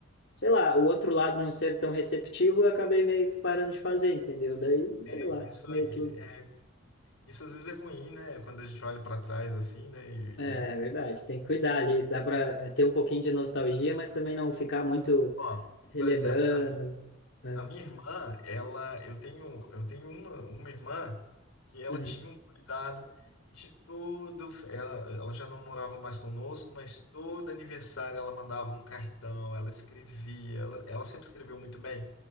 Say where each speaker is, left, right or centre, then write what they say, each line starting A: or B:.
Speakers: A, on the left; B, on the left.
A: sei lá, o outro lado não ser tão receptivo, eu acabei meio que parando de fazer, entendeu? Daí, sei
B: É, é,
A: lá,
B: isso,
A: meio
B: aí,
A: que
B: é, isso às vezes é ruim, né? Quando a gente olha para trás assim, né? E,
A: É
B: e,
A: é verdade, tem que cuidar ali. Dá para ter um pouquinho de nostalgia, mas também não ficar muito
B: ó,
A: relembrando.
B: por exemplo, a
A: É.
B: A minha irmã, ela, eu tenho, eu tenho uma, uma irmã que ela
A: Uhum.
B: tinha um cuidado de todo. Ela, ela já não morava mais conosco, mas todo aniversário ela mandava um cartão, ela escrevia, ela, ela sempre escreveu muito bem.